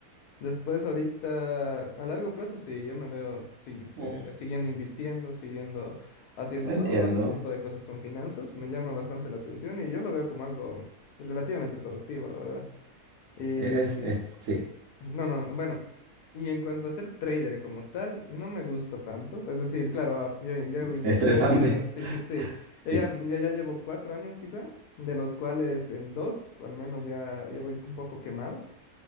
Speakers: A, on the left; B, on the right.
A: Después, ahorita, a largo plazo, sí, yo me veo sí,
B: Mm,
A: sí, siguiendo invirtiendo, siguiendo haciendo todo
B: Entiendo.
A: este tipo de cosas con finanzas. Me llama bastante la atención y yo lo veo como algo relativamente productivo, la verdad. Y
B: Es, es, sí,
A: no, no, bueno. Y en cuanto a ser trader como tal, no me gusta tanto. Es decir, claro, ah, yo, yo hago inversión
B: estresante.
A: yo hago, sí,
B: <laughs>
A: sí, sí. Yo
B: Sí,
A: ya, yo ya llevo cuatro años quizá, de los cuales en dos, al menos ya, ya voy un poco quemado.